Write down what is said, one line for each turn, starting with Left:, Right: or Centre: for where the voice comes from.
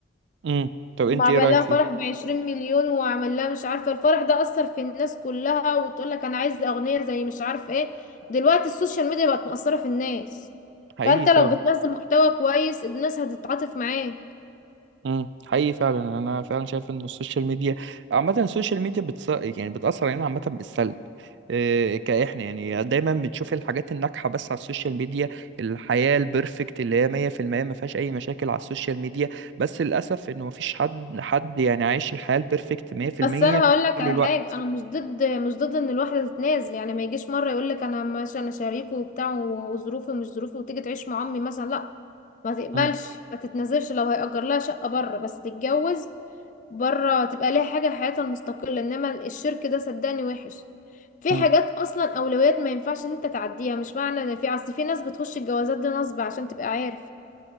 Right: مم. طب انت
Left: وعمل
Right: ايه رايك
Left: لها
Right: فيها
Left: فرح بعشرين مليون وعمل لها مش عارفة الفرح ده أثر في الناس كلها وتقول لك أنا عايز أغنية زي مش عارفة ايه دلوقتي السوشيال ميديا بقت مأثرة في الناس
Right: حقيقي
Left: فأنت
Right: فعلا
Left: لو بتنزل محتوى كويس الناس هتتعاطف معاه
Right: امم حقيقي فعلا يعني انا فعلا شايف ان السوشيال ميديا عامه السوشيال ميديا بتص... يعني بتاثر علينا عامه بالسلب إيه كاحنا يعني دايما بنشوف الحاجات الناجحه بس على السوشيال ميديا الحياه البرفكت اللي هي 100% ما فيهاش اي مشاكل على السوشيال ميديا بس للاسف انه ما فيش حد حد يعني عايش الحياه البرفكت 100%
Left: بس انا هقول لك
Right: طول
Left: على
Right: الوقت
Left: حاجه انا مش ضد مش ضد ان الواحده تتنازل يعني ما يجيش مره يقول لك انا ماشي انا شريكه وبتاع وظروفي ومش ظروفي وتيجي تعيش مع امي مثلا لا ما تقبلش
Right: امم
Left: ما تتنازلش لو هيأجر لها شقه بره بس تتجوز بره تبقى ليها حاجه حياتها المستقله انما الشرك ده صدقني وحش في
Right: امم
Left: حاجات اصلا اولويات ما ينفعش ان انت تعديها مش معنى ان في اصل في ناس بتخش الجوازات دي نصب عشان تبقى عارف